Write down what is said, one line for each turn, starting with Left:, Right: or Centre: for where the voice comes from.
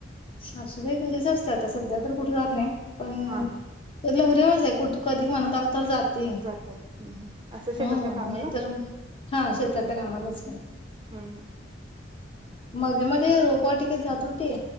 Left: सासूबाई घरीच असता आता सध्या तर कुठे जात नाही. पण
Right: हा हा
Left: त्या वस आहे कुठ कध म्हणत आ <inaudible> तर जाते हम्
Right: जातात हम्म हम्म असं शेतातल्या कामाला
Left: नाहीतर हा शेतातल्या कामालाच की.
Right: हम्म हम्म
Left: मध्ये मध्ये रोपवाटिकेत जात होती.